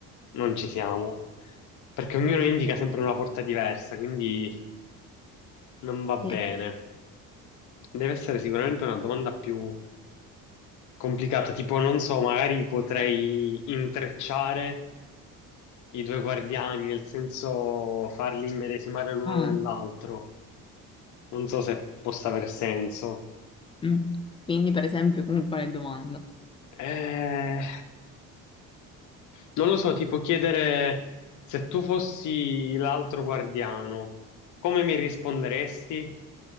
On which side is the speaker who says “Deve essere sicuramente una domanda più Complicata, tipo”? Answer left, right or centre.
Left